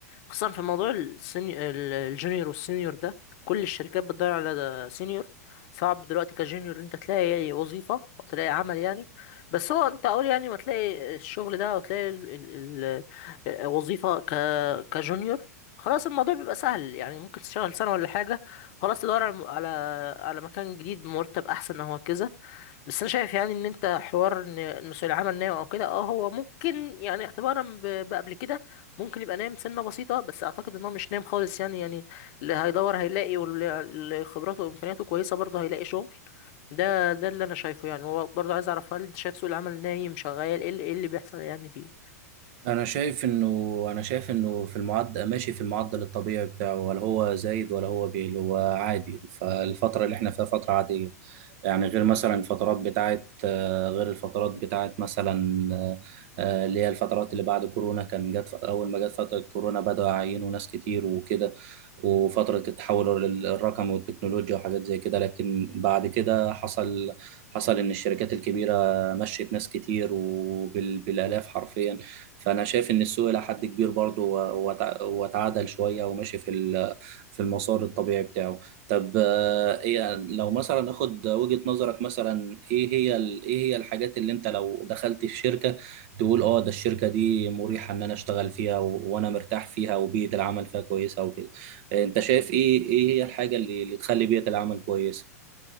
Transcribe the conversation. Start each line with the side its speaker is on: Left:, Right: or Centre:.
Left: خصوصا في موضوع السيني... ال- الجونيور والسينيور ده كل الشركات بتدور على ده سينيور صعب دلوقتي كجونيور إن انت تلاقي وظيفه او تلاقي عمل يعني بس هو انت اقول يعني ما تلاقي الشغل ده او تلاقي ال... ال... ال- وظيفه ك... كجونيور خلاص الموضوع بيبقى سهل يعني ممكن تشتغل سنه ولا حاجه خلاص تدور على على على مكان جديد بمرتب احسن او كذا بس انا شايف يعني ان انت حوار ان إن سوق العمل نايم او كده اه هو ممكن يعني اعتبارا ب- بقبل كده ممكن يبقى نايم سنه بسيطه بس اعتقد ان هو مش نايم خالص يعني يعني اللي هيدور هيلاقي واللي خبراته وامكانياته كويسه برضه هيلاقي شغل ده ده اللي انا شايفه يعني هو برضه عايز اعرف هل انت شايف سوق العمل نايم شغال ايه اللي إيه اللي بيحصل يعني فيه
Right: انا شايف انه انا شايف انه في المعدل ماشي في المعدل الطبيعي بتاعه ولا هو زايد ولا هو بيقل هو عادي فالفتره اللي احنا فيها فتره عاديه يعني غير مثلا الفترات بتاعت آه، غير الفترات بتاعت مثلا آه، آه، اللي هي الفترات اللي بعد كورونا كان جت اول ما جت فتره كورونا بدأوا يعينوا ناس كتير وكده وفتره التحول للرقم والتكنولوجيا وحاجات زي كده لكن بعد كده حصل حصل ان الشركات الكبيره مشت ناس كتير وبالالاف حرفيا فانا شايف ان السوق الى حد كبير برضه و- وتع- وتعادل شويه وماشي في ال- في المسار الطبيعي بتاعه طب آه، ايه لو مثلا اخد وجهه نظرك مثلا ايه هي ال- ايه هي الحاجات اللي انت لو دخلت في شركه تقول اه ده الشركه دي مريحه ان انا اشتغل فيها و- وانا مرتاح فيها وبيئه العمل فيها كويسه وكده آه، انت شايف ايه ايه هي الحاجه اللي اللي تخلي بيئه العمل كويسه